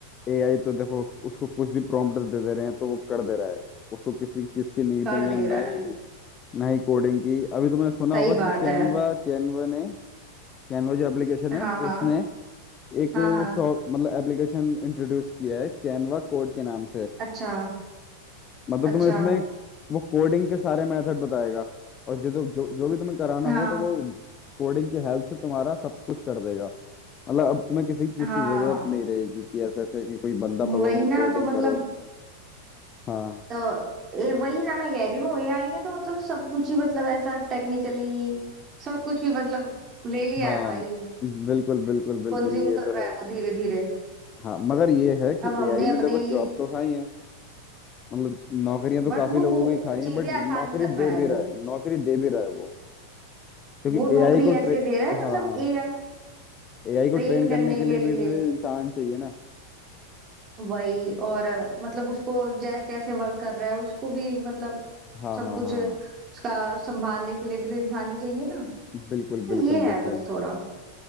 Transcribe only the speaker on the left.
एआई तो देखो उसको कुछ भी प्रॉम्प्ट दे दे रहे हैं तो वो कर दे रहा है उसको किसी चीज की नीड
नहीं है
ना
ही
ना ही कोडिंग की अभी तुमने सुना
होगा
कि कैनवा
कैनवा ने कैनवा जो एप्लीकेशन
है
उसने एक
सॉ मतलब एप्लीकेशन इंट्रोड्यूस किया है कैनवा कोड के नाम से
मतलब
तुम्हें इसमें वो कोडिंग के सारे मेथड बताएगा और जो जो जो भी तुम्हें कराना
हो तो वो कोडिंग की हेल्प से तुम्हारा सब कुछ कर देगा मतलब अब तुम्हें किसी चीज
की जरूरत नहीं रहेगी कि ऐसे ऐसे कि कोई बंदा पकड़ो
वो
कोडिंग
करो हाँ
हाँ
बिल्कुल बिल्कुल बिल्कुल
ये
तो
है
हाँ मगर ये है कि
एआई ने
देखो
जॉब तो खाई है मतलब नौकरियां तो
काफी
लोगों
की खाई हैं
बट
नौकरी
दे
भी
रहा है नौकरी दे भी रहा है वो क्योंकि
एआई
को
ट्रे
हाँ
एआई को
ट्रेन करने
के
लिए
भी तो ये इंसान चाहिए ना
हाँ
हाँ
हाँ
बिल्कुल
बिल्कुल
बिल्कुल